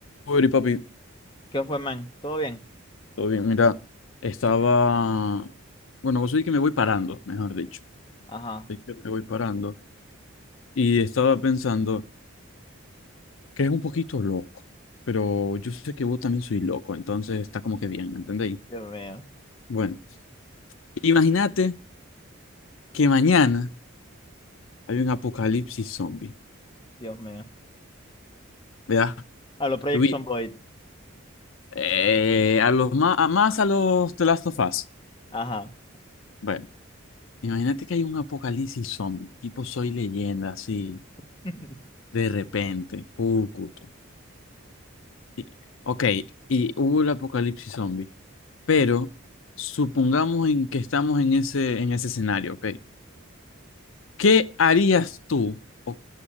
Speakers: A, on the left; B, on the left.
A: Uy, papi,
B: ¿Qué fue, man? ¿Todo bien?
A: todo bien, mira, estaba, bueno, vos sabés que me voy parando, mejor dicho,
B: Ajá.
A: Sabés que me voy parando y estaba pensando que es un poquito loco, pero yo sé que vos también soy loco, entonces está como que bien, ¿me entendéis?
B: Dios mío.
A: Bueno, imagínate que mañana hay un apocalipsis zombie,
B: Dios mío.
A: ¿verdad?
B: A los Project
A: Tuvi-
B: Zomboid.
A: eh, a los más, a más a los The Last of Us.
B: Ajá.
A: Bueno, imagínate que hay un apocalipsis zombie, tipo Soy Leyenda, así,
B: <laughs>
A: de repente, pucuto. Y- Ok, y hubo el apocalipsis zombie, pero supongamos en que estamos en ese, en ese escenario, ok. ¿Qué harías tú? O,